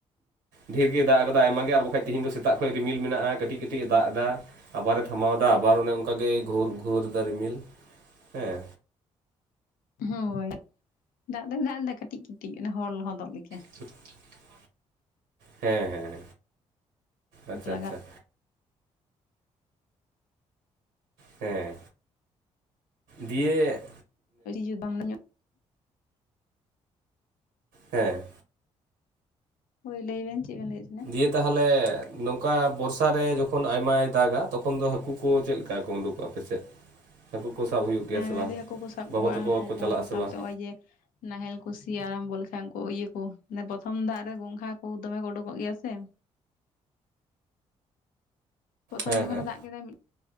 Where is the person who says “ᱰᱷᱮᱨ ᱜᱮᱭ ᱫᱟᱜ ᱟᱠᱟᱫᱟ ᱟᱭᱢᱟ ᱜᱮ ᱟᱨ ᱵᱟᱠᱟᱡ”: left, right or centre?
Right